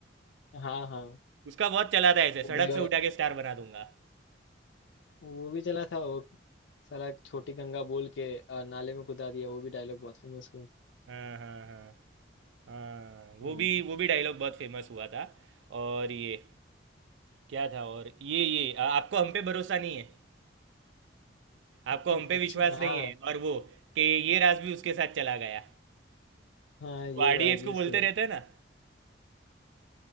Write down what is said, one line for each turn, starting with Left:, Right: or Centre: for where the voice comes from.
Left: हाँ हाँ
Right: उसका बहुत चला था ऐसे
Left: वो
Right: सड़क
Left: भी
Right: से उठा के स्टार बना दूंगा
Left: वो भी चला था वो साला छोटी गंगा बोल के अ, नाले में कूदा दिया वो भी डायलॉग बहुत फेमस हुआ
Right: हाँ हाँ हाँ हाँ वो
Left: हम्म
Right: भी वो भी डायलॉग बहुत फेमस हुआ था और ये क्या था और ये ये आ, आपको हम पे भरोसा नहीं है आपको
Left: अच्छा
Right: हम पे विश्वास
Left: हाँ
Right: नहीं है और वो कि ये राज भी उसके साथ चला गया
Left: हाँ ये
Right: वो आरडीएक्स
Left: राजवीर
Right: को बोलते
Left: के साथ
Right: रहते हैं ना